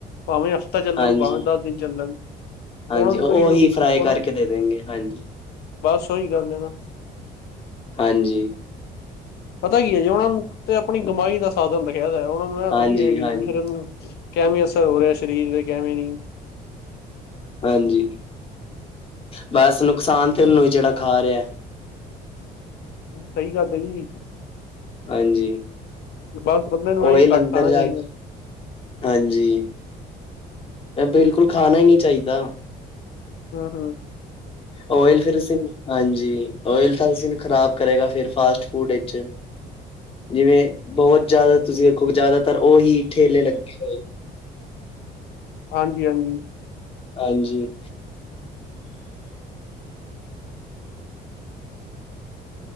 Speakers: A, on the left; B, on the left.
A: ਪਾਵੇਂ ਹਫ ਤਾ ਚੱਲਣ
B: ਹਾਂਜੀ
A: ਪਾਵੇ ਦਸ ਦਿਨ ਚੱਲਣ
B: ਹਾਂਜੀ
A: ਉਨਾਂ ਨੂ
B: ਉਹੀ
A: ਕੋਈ ਨੂ
B: ਫਰਾਈ ਕਰਕੇ
A: ੳਨਾ
B: ਦੇ ਦੇਣਗੇ ਹਾਂਜੀ
A: ਬਸ ਓਈ ਗੱਲ ਐ ਨਾ।
B: ਹਾਂਜੀ।
A: ਪਤਾ ਕੀ ਐ ਜੀ ਉਨਾਂ ਨੂੰ ਤੇ ਆਪਣੀ ਕਮਾਈ ਦਾ ਸਾਧਨ ਰੱਖਿਆ ਦੈ ਉਨਾ ਨੂੰ ਏ
B: ਹਾਂਜੀ
A: ਥੋੜੀ ਏ
B: ਹਾਂਜੀ
A: ਇੱਕ ਦੂਸਰੇ ਨੂੰ ਕੈਵੇਂ ਅਸਰ ਹੋ ਰਿਆ ਸਰੀਰ ਦੇ ਕੈਵੇਂ ਨੀ।
B: ਹਾਂਜੀ, ਬਸ ਨੁਕਸਾਨ ਤੇ ਉਨੂੰ ਜੇੜਾ ਖਾ ਰੇਐ।
A: ਸਹੀ ਗੱਲ ਏ ਜੀ।
B: ਹਾਂਜੀ,
A: ਬਸ ਬੰਦੇ ਨੂੰ
B: ਉਈ
A: ਇਹੀ
B: ਲੰਧਰ
A: ਘੱਟ ਖਾਣਾ
B: ਜਾ
A: ਚਾਹੀਦਾ
B: ਕੇ। ਹਾਂਜੀ, ਏ ਬਿਲਕੁਲ ਖਾਣਾ ਈ ਨ ਚਾਈਦਾ।
A: ਹ ਹ।
B: ਓਇਲ ਫਿਰ ਸਿਨ ਹਾਂਜੀ ਓਇਲ ਤਾਂ ਸਿਨ ਖ਼ਰਾਬ ਕਰੇਗਾ ਫ ਫਾਸਟ ਫੂਡ ਏਚ। ਜਿਵੇਂ ਬਹੁਤ ਜਿਆਦਾ ਤੁਸੀਂ ਦੇਖੋ ਜ਼ਿਆਦਾਤਰ ਉਹੀ ਠੇਲੇ ਲੱਗੇ ਹੋਏ।
A: ਹਾਂਜੀ-ਹਾਂਜੀ।
B: ਹਾਂਜੀ।